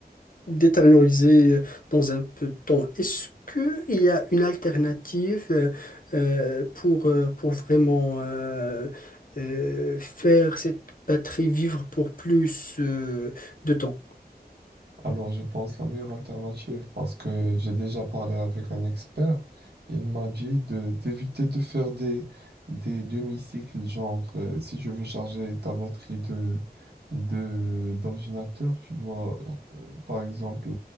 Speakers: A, on the left; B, on the right.
A: détériorisé dans un peu de temps. Est-ce qu'il y a une alternative euh, euh, pour, euh, pour vraiment euh, euh, faire cette batterie vivre pour plus euh, de temps?
B: Alors, je pense la meilleure alternative, parce que j'ai déjà parlé avec un expert, il m'a dit de d'éviter de faire des, des demi-cycles, genre euh, si tu veux charger ta batterie de, de, d'ordinateur, tu dois, euh, par exemple,